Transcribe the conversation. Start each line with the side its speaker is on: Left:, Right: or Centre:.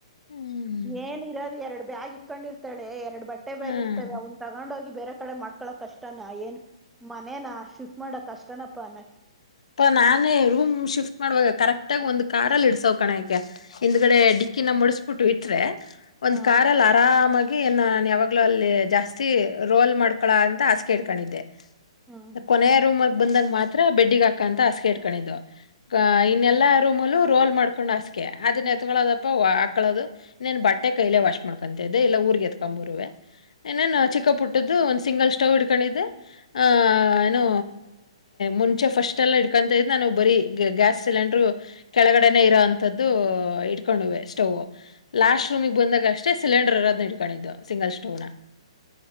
Left: ಹ್ಮ್
Centre: ಏನಿರೋದು ಎರಡು ಬ್ಯಾಗ ಕೊಂಡಿರ್ತಳೆ ಎರಡು ಬಟ್ಟೆ ಬ್ಯಾಗಿರ್ತವೆ
Left: ಹ್ಮ್
Centre: ಅವ್ನ್ ತಗೊಂಡ್ ಹೋಗಿ ಬೇರೆ ಕಡೆ ಮಾಡ್ಕೊಳಕ್ ಕಷ್ಟಾನ ಏನ್ ಮನೇನ ಶಿಫ್ಟ್ ಮಾಡಕ್ ಕಷ್ಟನಪ್ಪಾ
Left: ಪಾ ನಾನೇ ರೂಮ್ ಶಿಫ್ಟ್ ಮಾಡುವಾಗ ಕರೆಕ್ಟ್ ಆಗ ಒಂದ್ ಕಾರಲ್ಲಿ ಇಡ್ಸವ್ ಕಣೇಕೆ ಹಿಂದ್ಗಡೆ ಡಿಕ್ಕಿನ ಮಡುಸ್ಬುಟ್ಟು ಇಟ್ರೆ ಒಂದ್
Centre: ಹ್ಮ್
Left: ಕಾರಲ್ಲಿ ಆರಾಮಾಗಿ ಏನಾನ್ ಯಾವಾಗ್ಲೂ ಅಲ್ಲಿ ಜಾಸ್ತಿ ರೋಲ್ ಮಾಡ್ಕೊಳ ಅಂತ ಹಾಸ್ಗೆ ಹಿಡ್ಕಂಡಿದ್ದೆ.
Centre: ಹ್ಮ್
Left: ಕೊನೆಯ ರೂಮ ಬಂದಾಗ ಮಾತ್ರ ಬೆಡ್ಡಿಗ್ ಹಾಕ್ ಕಂತ ಹಾಸ್ಗೆ ಹಿಡ್ಕಂಡಿದ್ದು ಇನ್ನೆಲ್ಲಾ ರೂಮಲ್ಲೂ ರೋಲ್ ಮಾಡ್ಕೊಂಡ್ ಹಾಸ್ಗೆ ಅದನ್ ಎತ್ಕೊಳ್ಳೋದಪ್ಪ ಹಾಕಳೋದು ಇನ್ನೇನ್ ಬಟ್ಟೆ ಕೈಲೆ ವಾಶ್ ಮಾಡ್ಕೊಂತ ಇದ್ದೆ ಇಲ್ಲ ಊರ್ಗ್ ಎತ್ಕೊಂಬರುವೆ ಇನ್ನೇನು ಚಿಕ್ಕಪುಟ್ಟದ್ದು ಒಂದ್ ಸಿಂಗಲ್ ಸ್ಟವ್ ಇಡ್ಕೊಂಡಿದ್ದೆ ಆ ಏನು ಮುಂಚೆ ಫಸ್ ಟೆಲ್ಲ ಇಡ್ಕೊಂತಾ ಇದ್ ನಾನು ಬರೀ ಗ್ಯಾಸ್ ಸಿಲಿಂಡರು ಕೆಳಗಡೆನೆೇ ಇರೋ ಅಂತದ್ದು ಇಟ್ಕೊಂಡುವೆ ಸ್ಟೌವ್ವು. ಲಾಸ್ಟ್
Centre: ಹ್ಮ್
Left: ರೂಮಿಗೆ ಬಂದಾಗ ಅಷ್ಟೇ ಸಿಲೆಂಡ್ ಹಿಡ್ಕಂಡಿದ್ದು ಸಿಂಗಲ್ ಸ್ಟೋನ.